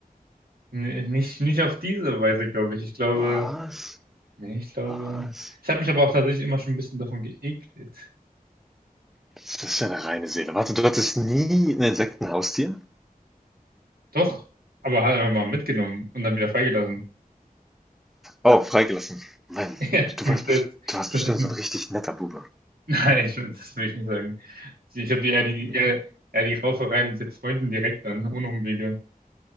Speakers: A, on the right (about 85°); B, in the centre.
A: Nee, nicht, nicht auf diese Weise, glaube ich. Ich glaube,
B: Was?
A: nee, ich glaube.
B: Was?
A: Ich habe mich aber auch tatsächlich immer schon ein bisschen davon geekelt.
B: Das ist ja eine reine Seele. Warte, du hattest nie ein Insektenhaustier?
A: Doch, aber halt einfach mal mitgenommen und dann wieder freigelassen.
B: Oh, freigelassen. Mann,
A: <laughs> Ja,
B: du warst
A: Das,
B: best du warst
A: das
B: bestimmt
A: ist, ein-
B: so ein richtig netter Bube.
A: <laughs> nein, ich, das will ich nicht sagen. Ich habe eher die, eher, eher die Raufereien mit Freunden direkt an, ohne Umwege.